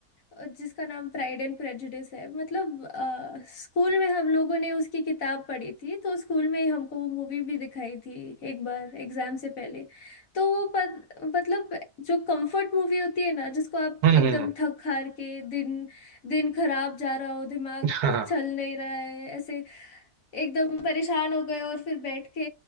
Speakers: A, on the left (about 65°); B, on the right (about 75°).
A: और जिसका नाम प्राइड एंड प्रेजुडिस है मतलब अ, स्कूल में हम लोगों ने उसकी किताब पढ़ी थी तो स्कूल में ही हमको वो मूवी भी दिखाई थी एक बार एग्जाम से पहले तो वो पत, मतलब जो कंफर्ट मूवी होती है ना जिसको आप
B: हम्म हम्म,
A: एकदम थक हार के दिन दिन खराब जा रहा हो दिमाग
B: हाँ,
A: चल नहीं रहा है ऐसे एकदम परेशान हो गए और फिर बैठ के